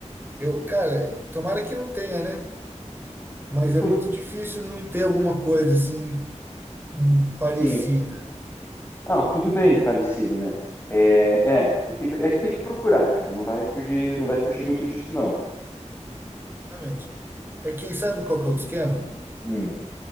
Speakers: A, on the right; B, on the left.
A: Eu, cara, tomara que não tenha, né? Mas
B: Tem que
A: é
B: proc-
A: muito difícil não ter alguma coisa assim hum, parecida.
B: Sim. Não, tudo bem, parecido, né? É, é, vai ter- é que tem que procurar, cara. Não vai fugir, não vai fugir muito disso, não, cara.
A: Exatamente. É que sabe qual que é o esquema?
B: Hum,